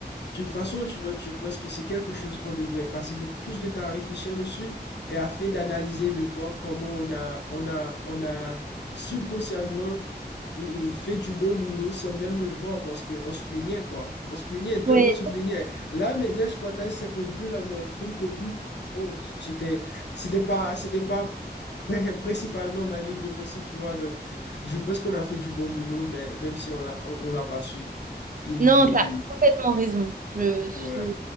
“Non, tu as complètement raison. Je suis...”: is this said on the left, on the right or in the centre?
Right